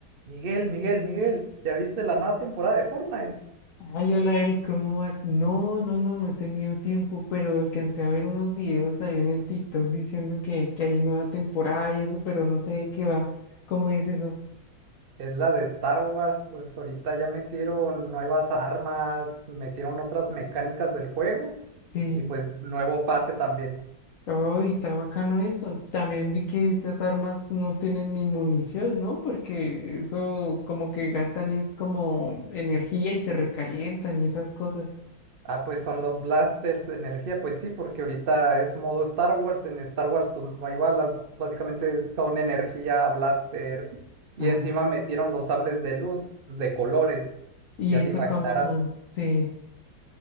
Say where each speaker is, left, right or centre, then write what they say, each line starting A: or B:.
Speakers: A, on the right; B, on the left.
A: Miguel, Miguel, Miguel, ¿ya viste la nueva temporada de Fortnite?
B: Ay, hola Eric, ¿cómo vas? No, no, no, no he tenido tiempo, pero alcancé a ver unos videos ahí en el TikTok diciendo que, que hay nueva temporada y eso, pero no sé de qué va. ¿Cómo es eso?
A: Es la de Star Wars, pues ahorita ya metieron nuevas armas, metieron otras mecánicas del juego
B: Sí.
A: y pues nuevo pase también.
B: Ay, está bacano eso. También vi que estas armas no tienen ni munición, ¿no? Porque eso como que gastan es como energía y se recalientan y esas cosas.
A: Ah, pues son los blasters de energía, pues sí, porque ahorita es modo Star Wars, en Star Wars pues no hay balas, básicamente son energía, blasters y
B: Ah,
A: encima metieron los sables de luz pues, de colores,
B: ¿y
A: ya
B: esto
A: te imaginarás.
B: cómo son? Sí.